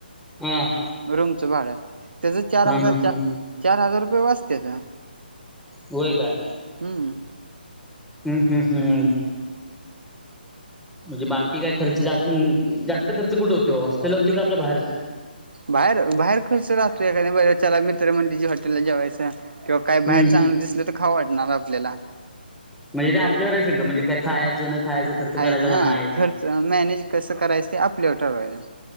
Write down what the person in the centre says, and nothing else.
ह.
हा
ह
होय काय?
हम्म हम्म हम्म. म्हणजे बाकी काय खर्च जास्त, अ न जास्त खर्च कुठ होतो? हॉस्टेलला होतय का आपल्या बाहेरच?
हम्म
म्हणजे ते आपल्यावरच सगळं म्हणजे, खायचं न खायचं खर्च
करायचा का
नाही